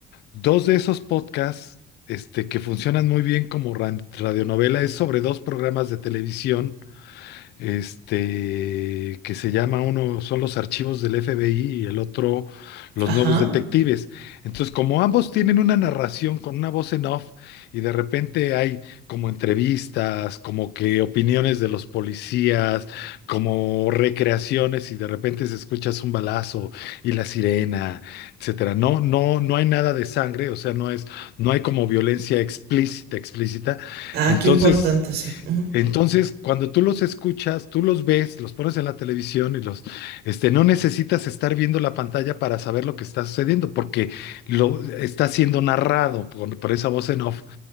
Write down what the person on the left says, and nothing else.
dos de esos podcasts, este, que funcionan muy bien como ran- radionovela, es sobre dos programas de televisión este, que se llama uno, son los archivos del FBI y el otro, los
nuevos detectives. Entonces, como ambos tienen una narración con una voz en off y de repente hay como entrevistas, como que opiniones de los policías, como recreaciones y de repente se escucha un balazo y la sirena, etcétera. No, no, no hay nada de sangre, o sea, no es, no hay como violencia explícita, explícita.
Entonces,
entonces, cuando tú los escuchas, tú los ves, los pones en la televisión y los, este, no necesitas estar viendo la pantalla para saber lo que está sucediendo, porque lo está siendo narrado por, por esa voz en off.